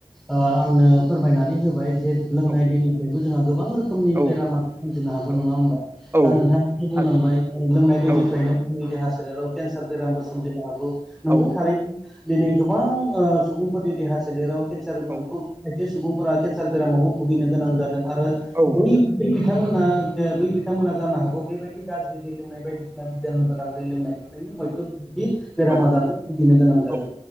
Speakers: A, in the centre; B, on the right (about 20°).
A: ओ आंनो फोरमायनानै होबाय जे लोंनाय
B: औ
A: दैनिफ्रायबो जोंहा गोबां रोखोमनि
B: औ
A: बेरामा सोमजिनो हागौ
B: औ
A: नङा होमबा?
B: औ
A: दा नोंथाङा बेखौ बुंलांबाय
B: आरोबाव
A: लोंनाय दैनिफ्रायनो
B: औ
A: जोंनि देहा सोलेराव केनसार बेरामबो सजिनो हागौ नंगौ
B: औ
A: था दिनै गोबां ओ सुबुंफोरनि देहा सोलेराव केन्सारखौ
B: औ
A: खायसे सुबुंफोरा केन्सार बेरामावबो भुगिनो गोनां जादों आरो
B: औ
A: बै बै बिथांमोना बै बिथांमोना जानो हागौ बेबायदि गाज्रि दै लोंनाय बायदिसिना बिजानु गोनां दै लोंनायनि बेनो हयथ' बिदि बेराम
B: औ
A: आजारजों भुगिनो गोनां जादों
B: औ